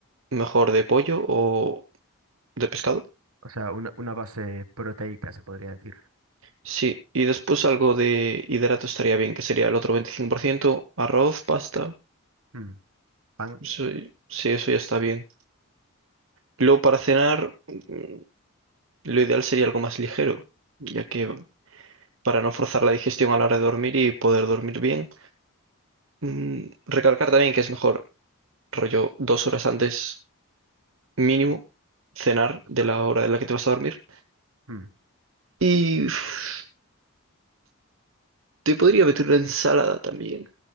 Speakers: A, on the right; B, on the right.
A: mejor de pollo o de pescado.
B: O sea, una, una base proteica se podría decir.
A: Sí, y después algo de hidrato estaría bien, que sería el otro 25%, arroz, pasta.
B: Mm, Pan.
A: Eso- sí, eso ya está bien. Luego para cenar, mm, lo ideal sería algo más ligero, ya que para no forzar la digestión a la hora de dormir y poder dormir bien. Mm, recalcar también que es mejor, rollo, dos horas antes mínimo, cenar de
B: do-
A: la hora en la que te vas a dormir.
B: mm,
A: Y uf, te podría meter una ensalada también.